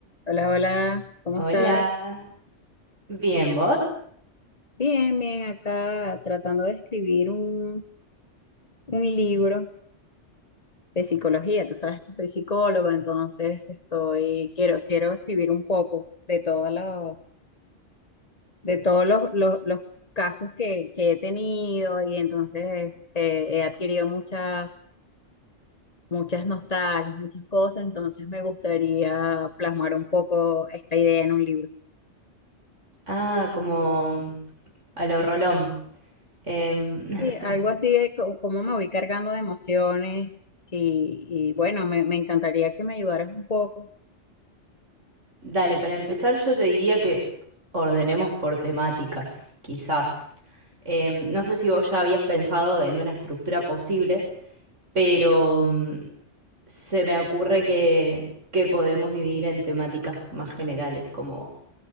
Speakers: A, on the left (about 35°); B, on the right (about 80°).
A: Hola, hola, ¿cómo
B: Hola,
A: estás?
B: bien, ¿vos?
A: Bien, bien, acá tratando de escribir un, un libro de psicología. Tú sabes que soy psicóloga, entonces estoy, quiero, quiero escribir un poco de todos los, de todos los, los, los casos que, que he tenido y entonces eh, he adquirido muchas, muchas nostalgias, muchas cosas, entonces me gustaría plasmar un poco esta idea en un libro.
B: Ah, como a lo Rolón. Em, <laughs>
A: Sí, algo así de co- cómo me voy cargando de emociones y, y bueno, me, me encantaría que me ayudaras un poco.
B: dale, para empezar yo te diría que ordenemos por temáticas, quizás. Em, no sé si vos ya habías pensado en una estructura posible, pero mm, se me ocurre que, que podemos dividir en temáticas más generales, como